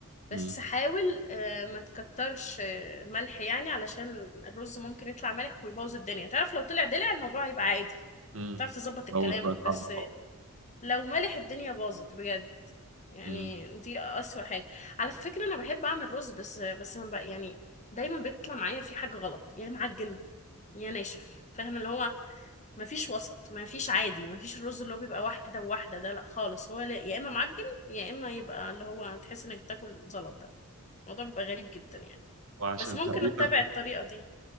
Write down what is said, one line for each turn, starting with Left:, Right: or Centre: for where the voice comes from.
Right: امم
Left: بس حاول آه، ما تكترش آه، ملح يعني علشان الرز ممكن يطلع مالح ويبوظ الدنيا تعرف لو طلع دلع الموضوع هيبقى عادي
Right: امم
Left: تعرف تظبط الكلام
Right: اول شويه
Left: بس
Right: ملح وخلاص.
Left: لو مالح الدنيا باظت بجد يعني
Right: أمم.
Left: دي أسوأ حاجة على فكرة أنا بحب أعمل رز بس بس ما بقى يعني دايما بيطلع معايا في حاجة غلط يا معجن يا ناشف فاهم اللي هو ما فيش وسط ما فيش عادي ما فيش الرز اللي هو بيبقى واحدة وواحدة ده لا خالص هو لا- يا إما معجن يا إما يبقى اللي هو تحس إنك بتاكل زلط ده الموضوع بيبقى غريب جدا يعني
Right: وعشان
Left: بس ممكن
Right: تقريبا
Left: أتبع الطريقة دي